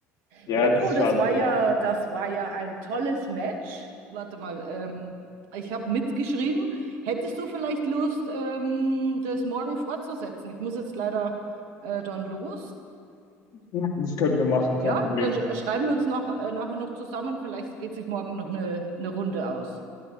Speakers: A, on the left (about 55°); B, on the right (about 70°).
A: Ja,
B: Ja,
A: das
B: du,
A: ist
B: das
A: schade.
B: war ja,
A: Ja.
B: das war ja ein tolles Match. Warte mal, ähm, ich habe mitgeschrieben. Hättest du vielleicht Lust, ähm, das morgen fortzusetzen? Ich muss jetzt leider äh, dann los.
A: Ja, das könnten wir machen,
B: Ja,
A: kein Problem.
B: dann sch- schreiben wir uns noch, äh, nachher noch zusammen. Vielleicht geht sich morgen noch eine, eine Runde aus.